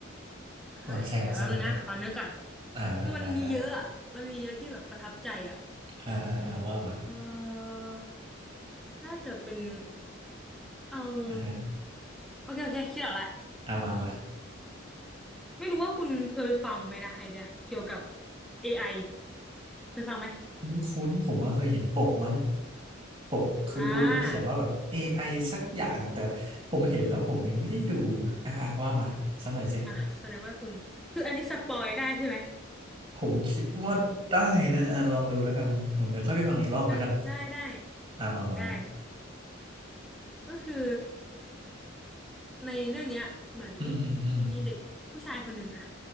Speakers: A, in the centre; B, on the right (about 25°).
A: อ่ะเดี๋ยวแป๊บนึงนะขอเนื้อก่อน
B: ลองแชร์มาสักหน่อยว่าอ่าได้ได้ได้
A: คือมันมีเยอะอ่ะมันมีเยอะที่แบบประทับใจอ่ะ
B: อ่าอ่าอ่าว่ามา
A: เออน่าจะเป็นเออ
B: อ่าฮะ
A: โอเคโอเคคิดออกแล้ว
B: อ่ามามา
A: ไม่รู้ว่าคุณเคยฟังไหมนะไอเดียเกี่ยวกับ AI เคยฟังไหม
B: คุ้นๆผมว่าเคยเห็นปกมั้งปกคืนพุธมันเขียนว่าแบบ
A: อ่า
B: AI สักอย่างอะแต่ผมเห็นแล้วผมยังไม่ได้ดูอะอ่ะว่ามาสักหน่อยสิ
A: อ่ะแสดงว่าคุณคืออันนี้สปอยได้ใช่ไหม
B: ผมคิดว่าได้นะอ่ะลองดูแล้วกันผมเดี๋ยวค่อยไปฟังอีกรอบแล้วกัน
A: อ่ะได้ได้
B: อ่ะมามามา
A: ได้ก็คือ ในเรื่องเนี้ยเหมือน
B: อืมอืมอืม
A: มีเด็กผู้ชายคนหนึ่งอะ